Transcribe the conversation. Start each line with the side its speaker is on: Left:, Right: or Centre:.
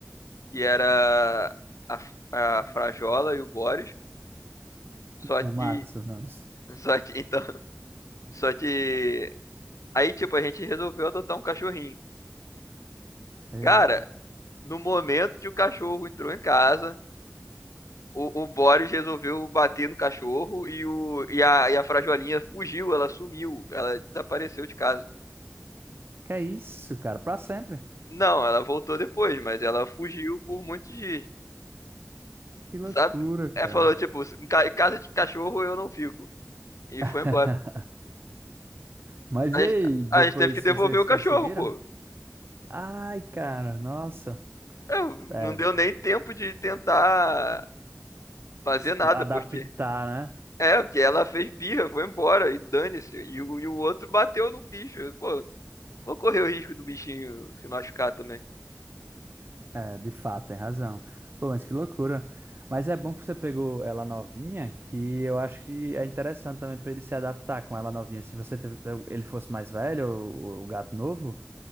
Left: que era a, a Frajola e o Boris. Só
Right: É massa,
Left: que.
Right: não.
Left: <laughs> Só que, então. <laughs> Só que. Aí, tipo, a gente resolveu adotar um cachorrinho.
Right: Eita.
Left: Cara, no momento que o cachorro entrou em casa, o, o Boris resolveu bater no cachorro e, o, e, a, e a Frajolinha fugiu, ela sumiu, ela desapareceu de casa.
Right: Que é isso, cara? Pra sempre.
Left: Não, ela voltou depois, mas ela fugiu por muitos dias,
Right: Que loucura,
Left: sabe? É,
Right: cara.
Left: falou, tipo, em ca- em casa de cachorro eu não fico. E
Right: <laughs>
Left: foi embora.
Right: Mas
Left: A
Right: e
Left: gente,
Right: aí, depois
Left: a gente teve que devolver
Right: vocês
Left: o cachorro,
Right: conseguiram?
Left: pô.
Right: Ai, cara, nossa.
Left: <laughs> É,
Right: É,
Left: não deu nem tempo de tentar fazer
Right: s-
Left: nada,
Right: adaptar,
Left: porque.
Right: né?
Left: É, porque ela fez birra, foi embora e dane-se. E, o- e o outro bateu no bicho. Pô, vou correr o risco do bichinho se machucar também.
Right: É, de fato, tem razão. Pô, mas que loucura. Mas é bom que você pegou ela novinha, que eu acho que é interessante também pra ele se adaptar com ela novinha. Se você teve- ele fosse mais velho, o, o gato novo.